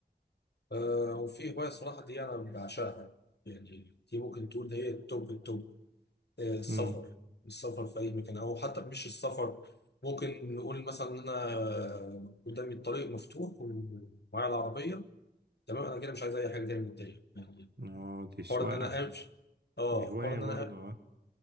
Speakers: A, on the left (about 75°); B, on the right (about 75°).
A: آه وفي هواية صراحة دي أنا بعشقها يعني دي ممكن تقول هي التوب التوب آه السفر
B: امم
A: السفر في أي مكان أو حتى مش السفر ممكن نقول مثلا إن أنا آه، قدامي الطريق مفتوح ومعايا العربية تمام أنا كده مش عايز أي حاجة تاني من الدنيا يعني
B: اه دي سواقة
A: حوار إن أنا أمشي اه
B: دي هواية
A: حوار ان
B: برضه
A: انا أمشي.
B: اه